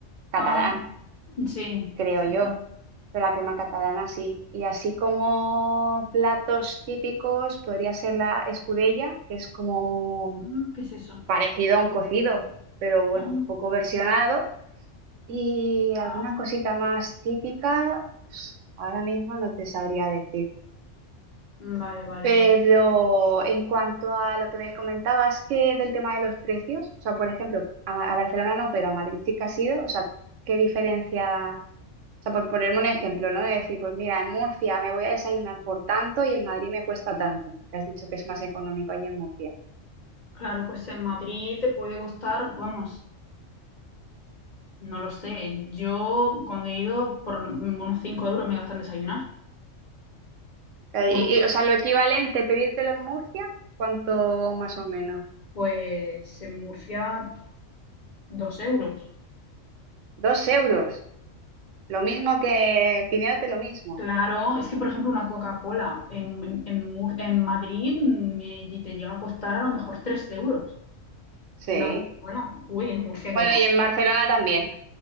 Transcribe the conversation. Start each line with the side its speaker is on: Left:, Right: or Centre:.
Right: catalán,
Left: Ah, sí,
Right: creo
Left: sí,
Right: yo.
Left: sí.
Right: Pero la crema catalana sí. Y así como platos típicos, podría ser la escudella, que es como
Left: Ah, ¿qué es eso?
Right: parecido a un cocido, pero bueno,
Left: Ah,
Right: un poco versionado. Y alguna
Left: ah.
Right: cosita más típica, pues, ahora mismo no te sabría decir.
Left: Vale, vale.
Right: Pero en cuanto a lo que me comentabas que del tema de los precios, o sea, por ejemplo, a, Ma- a Barcelona no, pero a Madrid sí que has ido, o sea, ¿qué diferencia? O sea, por ponerme un ejemplo, ¿no? De decir, pues mira, en Murcia me voy a desayunar por tanto y en Madrid me cuesta tanto, que has dicho que es más económico allí en Murcia.
Left: Claro, pues en Madrid te puede costar, vamos, no lo sé. Yo cuando he ido por unos 5 euros me gastan desayunar.
Right: Eh,
Left: Una,
Right: y- y, o sea, lo equivalente, pedírtelo en Murcia, ¿cuánto más o menos?
Left: pues en Murcia, 2 euros.
Right: Dos euros, lo mismo que pidiéndote lo mismo.
Left: Claro, es que por ejemplo una Coca-Cola en, en, en Mur- en Madrid me, te llega a costar a lo mejor 3 euros.
Right: Sí.
Left: Una Coca-Cola. Uy, en Murcia
Right: Bueno,
Left: qué va.
Right: y en Barcelona también.